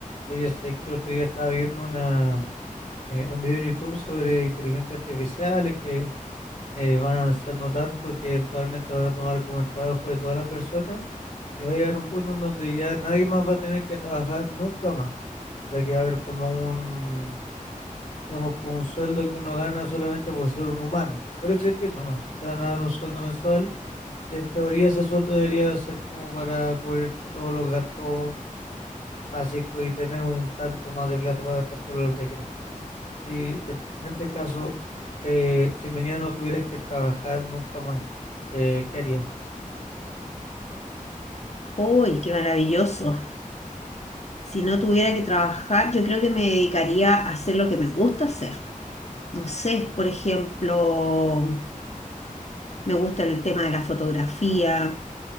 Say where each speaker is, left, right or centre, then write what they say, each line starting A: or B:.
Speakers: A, on the left; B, on the left.
A: Oye, sé que el otro día estaba viendo una, eh, un video en YouTube sobre inteligencia artificial que eh, van avanzando tanto que eventualmente van a tomar como el trabajo de todas las personas y va a llegar un punto en donde ya nadie más va a tener que trabajar nunca más. O sea, que va a haber como un, digamos, como un sueldo que uno gana solamente por ser un humano, por existir nomás. Te van a dar un sueldo mensual y en teoría ese sueldo debería ser como para cubrirte todos los gastos básicos y tener un tanto más de plata para gastarte lo que querés. si eh, en este caso, eh, si mañana no tuvieras que trabajar nunca más, eh, ¿qué harías?
B: Uy, qué maravilloso. Si no tuviera que trabajar, yo creo que me dedicaría a hacer lo que me gusta hacer. No sé, por ejemplo, me gusta el tema de la fotografía,